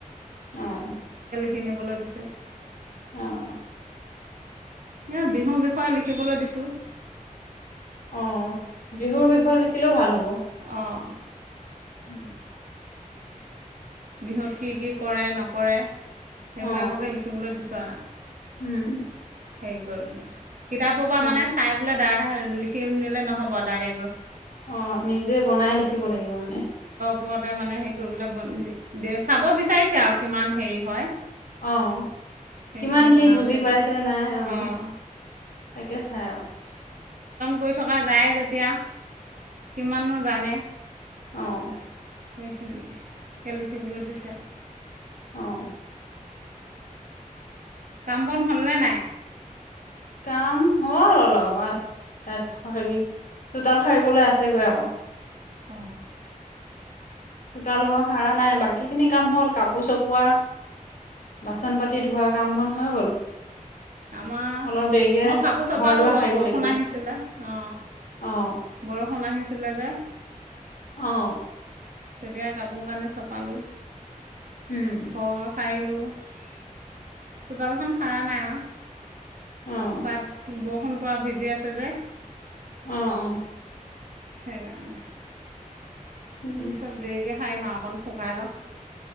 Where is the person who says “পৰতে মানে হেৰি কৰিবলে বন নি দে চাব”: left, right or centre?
Right